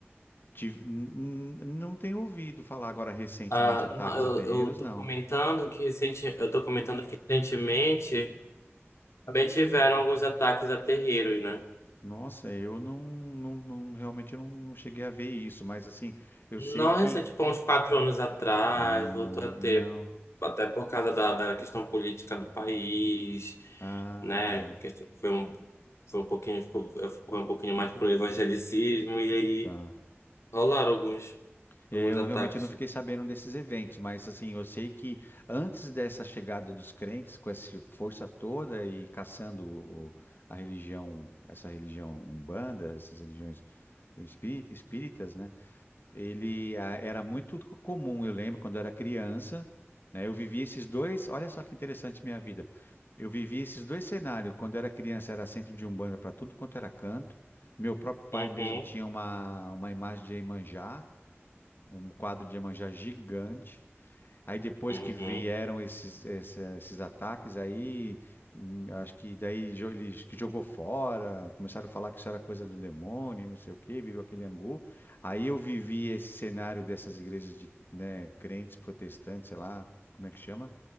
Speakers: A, on the left (about 50°); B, on the left (about 80°).
A: Tive- n- n- não tenho ouvido falar agora recentemente
B: Ah,
A: ataques
B: não, eu,
A: a terreiros,
B: eu tô
A: não.
B: comentando que recente, eu tô comentando que recentemente também tiveram alguns ataques a terreiros, né?
A: Nossa, eu não, não, não- realmente eu não, não cheguei a ver isso, mas assim, eu sei
B: Não
A: que.
B: recente, tipo, há uns quatro anos atrás,
A: Ah,
B: voltou a
A: não.
B: ter, até por causa da, da questão política do país,
A: Ah,
B: né?
A: tá,
B: que Foi um, foi um pouquinho, foi um pouquinho mais pro evangelicismo, e aí
A: tá.
B: rolaram alguns,
A: É,
B: alguns
A: Eu
B: ataques.
A: realmente não fiquei sabendo desses eventos, mas assim, eu sei que antes dessa chegada dos crentes com essa força toda e caçando o- a religião, essa religião Umbanda, essas religiões espí- espíritas, né, Ele ah, era muito comum, eu lembro, quando eu era criança, né? Eu vivi esses dois, olha só que interessante minha vida. Eu vivi esses dois cenários. Quando eu era criança, era centro de Umbanda para tudo quanto era canto. Meu próprio pai
B: Uhum,
A: mesmo tinha uma, uma imagem de Iemanjá, um quadro de Iemanjá gigante. Aí depois
B: uhum,
A: que vieram esses, essa- esses ataques, aí hum, acho que daí jo- ele acho que jogou fora, começaram a falar que isso era coisa do demônio, e não sei o quê, virou aquele angu. Aí eu vivi esse cenário dessas igrejas de, né, crentes protestantes, sei lá, como é que chama?